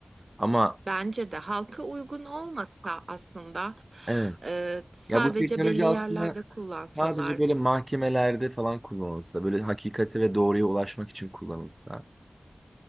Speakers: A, on the right; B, on the right.
A: Ama
B: Bence de halka uygun olmasa aslında
A: evet.
B: e, sadece
A: Ya bu teknoloji
B: belli yerlerde
A: aslında
B: kullansalar
A: sadece böyle mahkemelerde falan kullanılsa, böyle hakikati ve doğruya ulaşmak için kullanılsa.